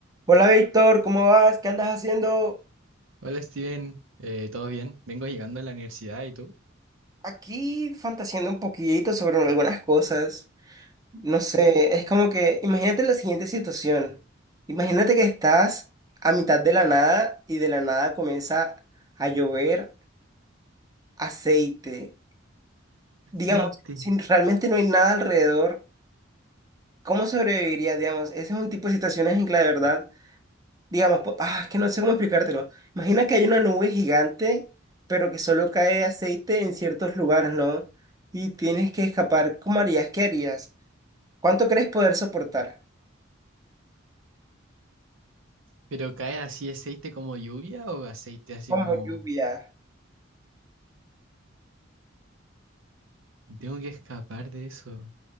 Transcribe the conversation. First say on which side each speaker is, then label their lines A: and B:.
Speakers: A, on the right; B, on the right.
A: Hola Víctor, ¿cómo vas? ¿Qué andas haciendo?
B: Hola Steven, Eh, ¿todo bien? Vengo llegando a la universidad y tú.
A: Aquí fantaseando un poquito sobre algunas cosas. No sé, es como que imagínate la siguiente situación. Imagínate que estás a mitad de la nada y de la nada comienza a llover aceite.
B: Aceite.
A: Digamos, si realmente no hay nada alrededor, ¿cómo sobrevivirías? Digamos, ese es un tipo de situaciones en que la verdad digamos, po- ah, es que no sé cómo explicártelo. Imagina que hay una nube gigante, pero que solo cae aceite en ciertos lugares, ¿no? Y tienes que escapar. ¿Cómo harías? ¿Qué harías? ¿Cuánto crees poder soportar?
B: ¿Pero cae así aceite como lluvia o aceite así
A: Como
B: como...
A: lluvia.
B: Tengo que escapar de eso.